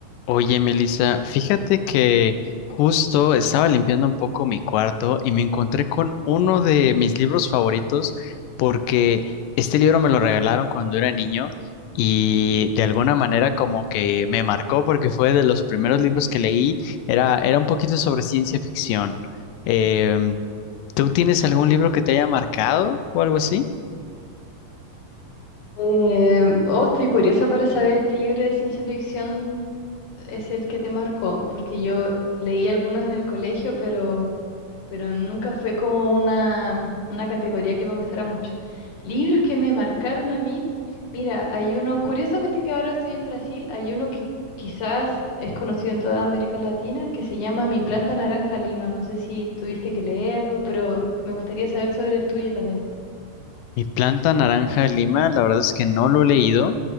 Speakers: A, on the left; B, on the left.
A: Oye, Melissa, fíjate que justo estaba limpiando un poco mi cuarto y me encontré con uno de mis libros favoritos porque este libro me lo regalaron cuando era niño y de alguna manera como que me marcó porque fue de los primeros libros que leí, era, era un poquito sobre ciencia ficción. Em, ¿tú tienes algún libro que te haya marcado o algo así?
B: Eh, oh, estoy curiosa para saber qué libro de ciencia ficción es el que te marcó, porque yo leí algunos en el colegio, pero, pero nunca fue como una, una categoría que me gustara mucho. Libros que me marcaron a mí, mira, hay uno, curiosamente que ahora estoy en Brasil, hay uno que quizás es conocido en toda América Latina, que se llama Mi planta naranja Lima. No sé si tuviste que leerlo, pero me gustaría saber sobre el tuyo también.
A: Mi planta naranja de Lima, la verdad es que no lo he leído,